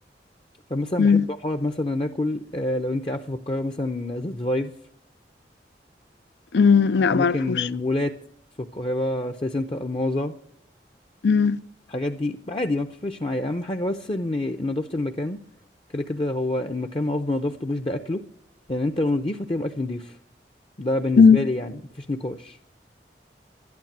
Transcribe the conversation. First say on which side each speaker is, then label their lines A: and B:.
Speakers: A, on the left (about 30°); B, on the left (about 75°).
A: فمثلا
B: مم،
A: بحب أقعد مثلا آكل آه، لو أنت عارفة في القاهرة مثلا ذا درايف
B: مم، لا
A: أماكن
B: معرفوش
A: مولات في القاهرة سي سنتر الماظة
B: مم،
A: الحاجات دي عادي ما بتفرقش معايا أهم حاجة بس إن نضافة المكان كده كده هو المكان معروف بنضافته مش بأكله لأن أنت لو نضيف هتبقى أكل نضيف ده بالنسبة
B: مم.
A: لي يعني مفيش نقاش